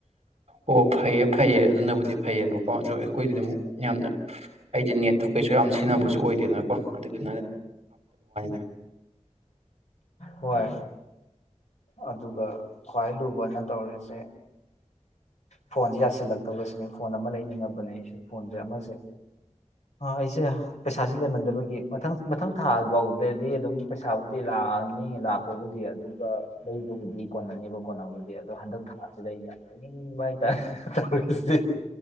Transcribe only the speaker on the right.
ꯑꯣ ꯐꯩꯌꯦ ꯐꯩꯌꯦ ꯑꯗꯨꯅꯕꯨꯗꯤ ꯐꯩꯌꯦꯕꯀꯣ ꯑ ꯑꯩꯈꯣꯏꯗꯤ ꯑꯃꯨꯛ ꯌꯥꯝꯅ ꯑꯩꯗꯤ ꯅꯦꯠꯇꯨ ꯀꯩꯁꯨ ꯌꯥꯝ ꯁꯤꯖꯤꯟꯅꯕꯁꯨ ꯑꯣꯏꯗꯦꯗꯅꯀꯣ ꯑꯗꯨꯅ <unintelligible>